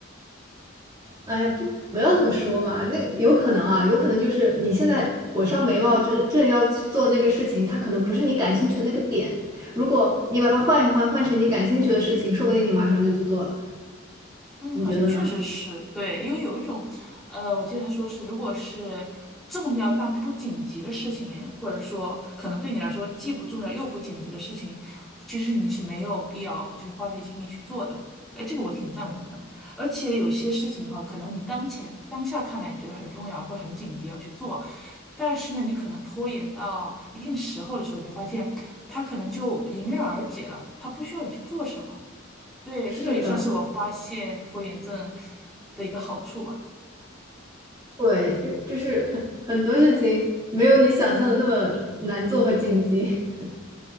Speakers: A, on the right (about 20°); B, in the centre.
A: 哎呀，不，不要这么说嘛。那有可能啊，有可能就是你现在火烧眉毛正正要去做那个事情，它可能不是你感兴趣的那个点。如果你把它换一换，换成你感兴趣的事情，说不定你马上就去做了。
B: 嗯，
A: 你觉得呢？
B: 好像确实是对，因为有一种，呃，我记得他说是，如果是重要但不紧急的事情，或者说可能对你来说既不重要又不紧急的事情，其实你是没有必要就是花费精力去做的。哎，这个我挺赞同的。而且有些事情哈，可能你当前当下看来你觉得很重要或者很紧急要去做，但是呢，你可能拖延到一定时候的时候，你就发现它可能就迎刃而解了，它不需要你去做什么。对，
A: 是的，
B: 这个也算是我发现拖延症的一个好处吧。
A: 对，就就是很多事情没有你想象的那么难做和紧急。<laughs>